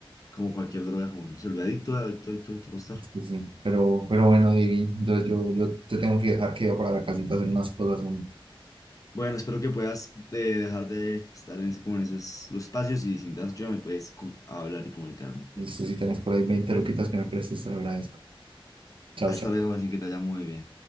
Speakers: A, on the left; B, on the right.
A: como cualquier droga, como que se vuelve adicto, adicto, adicto adicto a estar
B: Sí, sí. Pero, pero bueno, Diego, entonces yo, yo te tengo que dejar que yo para la casita a hacer unas cosas. un-
A: Bueno, espero que puedas eh, dejar de estar en ese, como en esos los espacios y si necesitas ayuda me puedes com- hablar y comunicarme.
B: Listo, si tenés por ahí 20 loquitas que me prestes, te lo agradezco. Chao,
A: Hasta
B: chao.
A: luego, así que te haya muy bien.